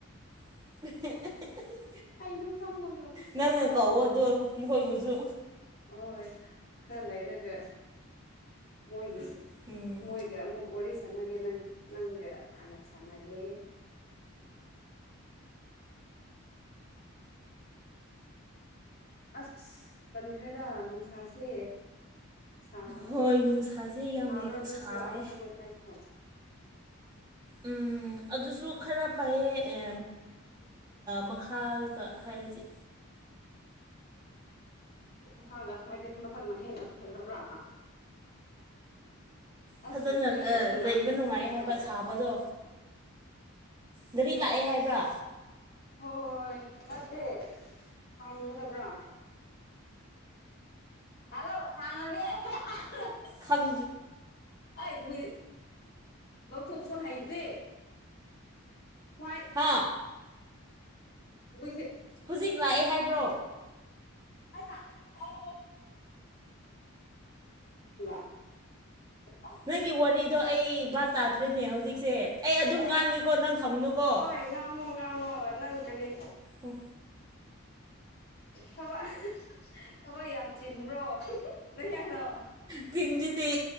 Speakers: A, on the right; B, on the left.
A: <inaudible>
B: ꯑꯩꯗꯣ ꯐꯝꯃꯒ
A: ꯅꯪꯅ
B: ꯑꯃꯨꯛ
A: ꯀꯧꯋꯣ
B: ꯆꯠ
A: ꯑꯗꯣ ꯃꯈꯣꯏꯕꯨꯁꯨ
B: ꯍꯣꯏ ꯈꯔ ꯂꯩꯔ ꯃꯣꯏꯒꯤ
A: ꯎꯝ
B: ꯃꯣꯏꯒ ꯑꯃꯨꯛ ꯋꯥꯔꯤ ꯁꯥꯅꯒꯦ ꯅꯪ ꯅꯪꯒ ꯍꯥꯟꯅ ꯁꯥꯟꯅꯒꯦ ꯑꯁ ꯇꯟꯈ꯭ꯔꯦꯗ ꯅꯨꯡꯁꯥꯁꯦ ꯁꯥꯕꯗꯣ
A: ꯍꯣꯏ ꯅꯨꯡꯁꯥꯁꯦ ꯌꯥꯝ
B: ꯁꯥꯕ꯭ꯔꯥ ꯅꯣꯏꯁꯨ
A: ꯁꯥꯏ
B: ꯑꯃ ꯃꯊꯛ ꯂꯩꯀꯥꯏꯁꯨ
A: ꯎꯝ ꯑꯗꯨꯁꯨ ꯈꯔ ꯐꯩꯌꯦ ꯃꯈꯥꯒ ꯍꯥꯏꯔꯗꯤ
B: ꯃꯈꯥꯒ ꯍꯥꯏꯗꯤ ꯃꯊꯛꯅ ꯍꯦꯟꯅ ꯐꯖꯕ꯭ꯔꯥ ꯑꯁ
A: ꯐꯖꯅ
B: ꯒꯥꯔꯤ ꯑꯃꯨꯛ ꯂꯥꯛꯏꯅꯦ
A: ꯂꯩꯕ ꯅꯨꯡꯉꯥꯏ
B: ꯁꯤ ꯂꯧꯊꯣꯛꯀꯗꯕ
A: ꯍꯥꯏꯕ ꯁꯥꯕꯗꯣ ꯒꯥꯔꯤ ꯂꯥꯛꯑꯦ ꯍꯥꯏꯕ ꯭ꯔꯥ
B: ꯍꯣ ꯍꯣ ꯍꯣꯏ ꯅꯠꯇꯦ ꯍꯥꯡꯒꯗꯕ꯭ꯔꯣ ꯍꯜꯂꯣ ꯍꯥꯡꯉꯒꯦ ꯑꯩ
A: ꯈꯪ
B: ꯍꯏ ꯂꯧꯊꯣꯛꯄ ꯍꯩꯇꯦ ꯍ꯭ꯋꯥꯏ
A: ꯍꯥꯥ
B: <inaudible>
A: ꯍꯧꯖꯤꯛ ꯂꯥꯛꯑꯦ ꯍꯥꯏꯕ꯭ꯔꯣ
B: ꯍꯩꯕ ꯑꯣ <unintelligible> ꯑꯣ
A: ꯅꯪꯒꯤ ꯋꯥꯔꯤꯗꯣ ꯑꯩ ꯚꯕ ꯇꯥꯗ꯭ꯔꯦꯅꯦ ꯍꯧꯖꯤꯛ ꯍꯧꯖꯤꯛꯁꯦ ꯑꯩ ꯑꯗꯨꯝ
B: ꯑ
A: ꯉꯥꯡꯒꯦꯀꯣ ꯅꯪ ꯊꯝꯃꯨꯅꯨꯀꯣ
B: ꯑꯣ ꯉꯡꯉꫭ ꯉꯉꯣ ꯑꯪ ꯀꯔꯤ
A: ꯑꯣ
B: ꯊꯕꯛ ꯊꯕꯛ ꯌꯥꯝ ꯆꯤꯟꯕ꯭ꯔꯣ ꯂꯣꯏꯌꯥꯂꯣ
A: ꯄꯤꯟꯗꯤꯅꯤ